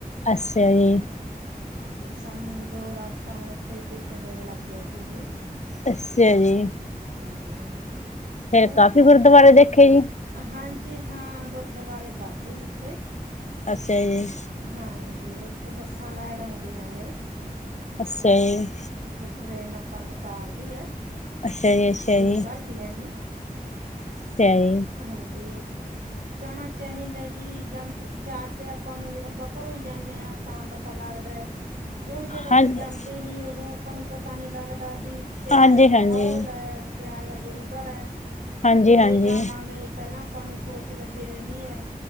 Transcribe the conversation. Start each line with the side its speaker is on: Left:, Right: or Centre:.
Left: ਅੱਛਾ ਜੀ।
Right: ਸਾਨੂੰ ਦੋ ਰਾਤਾਂ ਅਤੇ ਇੱਕ ਦਿਨ ਲੱਗ ਗਿਆ ਤੀ ਜੀ।
Left: ਅ ਅੱਛਾ ਜੀ
Right: <unintelligible>
Left: ਫੇਰ
Right: ਕਿਉਂ
Left: ਕਾਫੀ
Right: ਖਾ
Left: ਗੁਰਦੁਆਰੇ ਦੇਖੇ ਜੀ?
Right: ਹਾਂਜੀ ਹਾਂ, ਗੁਰਦੁਆਰੇ ਵਾਧੂ ਉੱਥੇ
Left: ਅੱਛਾ ਜੀ
Right: ਹਾਂਜੀ ਇੱਥੇ ਬੱਸਾਂ ਲੈਣ ਆਉਂਦੀਆਂ ਨੇ।
Left: ਅੱਛਾ ਜੀ
Right: ਇੱਥੇ ਟ੍ਰੇਨ ਆਪਾਂ ਨੂੰ ਉਤਾਰਦੀ ਹੈ।
Left: ਅੱਛਾ ਜੀ-ਅੱਛਾ
Right: ਗੁਰੂ
Left: ਜੀ
Right: ਘਰ ਦੀਆਂ ਜੀ
Left: ਅੱਛਾ ਜੀ।
Right: ਹਾਂਜੀ ਜਾਣਾ ਚਾਹੀਦਾ ਜੀ ਜਾਂਦੇ ਜਾ ਕੇ ਆਪਾਂ ਨੂੰ ਜਿਹੜਾ ਆਪਾਂ ਘਰੋਂ ਜਾਣੇ ਆ ਤਾਂ ਪਤਾ ਲੱਗਦਾ, ਕਿਉਂ ਜਦੋਂ ਆਪਾਂ
Left: ਹਾਂਜੀ,
Right: ਜਾਂਦੇ ਨਹੀਂ ਉਦੋਂ ਆਪਾਂ ਨੂੰ ਪਤਾ ਨਹੀਂ ਲੱਗਦਾ ਭੀ ਕਿਹੋ
Left: ਹਾਂਜੀ-ਹਾਂਜੀ,
Right: ਜਹਾ ਮਾਹੌਲ ਐ। ਕਿਹੋ ਜਿਹਾ ਗੁਰੂ ਘਰ ਹੈ।
Left: ਹਾਂਜੀ-ਹਾਂਜੀ,
Right: ਕਿਵੇਂ ਜਾਵਾਂਗੇ ਪਹਿਲਾਂ ਆਪਾਂ ਨੂੰ ਸੋਚ ਵਿੱਚ ਲੱਗੀ ਰਹਿੰਦੀ ਹੈ।